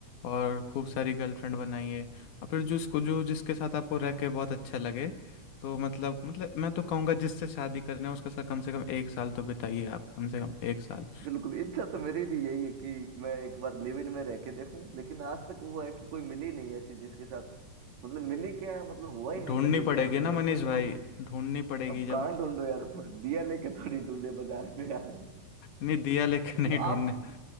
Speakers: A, on the left; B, on the right.
A: और खूब सारी गर्लफ्रेंड बनाइए और फिर जिसको जो जिसके साथ आपको रह के बहुत अच्छा लगे तो मतलब मतलब मैं तो कहूंगा जिससे शादी करना है उसके साथ कम से कम एक साल तो बिताइए आप कम से कम एक साल
B: बिल्कुल इच्छा तो मेरी भी यही है कि मैं एक बार लिव इन में रह के देखूं लेकिन आज तक वो है कि कोई मिली नहीं ऐसी जिसके साथ मतलब मिली क्या है मतलब हुआ ही
A: ढूंढनी
B: नहीं कभी इंटरेक्शन
A: पड़ेगी ना
B: लड़कियों
A: मनीष
B: के
A: भाई
B: माम
A: ढूंढनी पड़ेगी
B: अब
A: जब
B: कहाँ ढूंढो यार दिया लेके थोड़ी ढूंढे बाजार में यार
A: नहीं दिया लेकिन
B: मतलब
A: नहीं
B: आप
A: ढूंढने